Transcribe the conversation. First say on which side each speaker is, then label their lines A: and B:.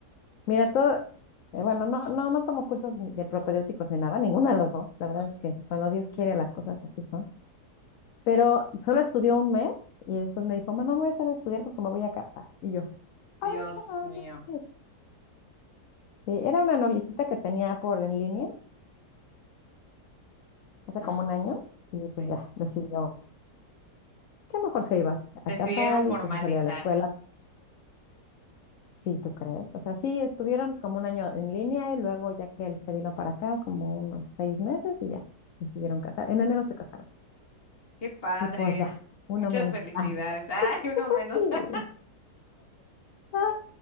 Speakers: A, on the left (about 60°); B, on the left (about 35°).
A: Mira, todo, eh, bueno, no, no, no tomo cursos ni de propedéuticos ni nada, ninguna de los dos. La verdad es que cuando Dios quiere las cosas así son. Pero solo estudió un mes y después me dijo, mamá, me voy a hacer de estudiar porque me voy a casar. Y yo, ah,
B: Dios
A: no.
B: mío.
A: sé". Sí, era una noviecita que tenía por en línea hace
B: <laughs>
A: como un año y pues
B: Sí.
A: ya decidió que mejor se iba
B: Decidieron
A: a casar
B: formalizar.
A: y pues se salió de la escuela Sí, ¿tú crees? O sea, sí, estuvieron como un año en línea y luego ya que él se vino para acá, como unos seis meses y ya, decidieron casar. En enero se casaron.
B: Qué padre.
A: Y pues ya, uno
B: Muchas
A: menos.
B: felicidades.
A: Ay, <laughs>
B: <laughs> Ay,
A: pues
B: uno menos.
A: sí.
B: <laughs>
A: Ah,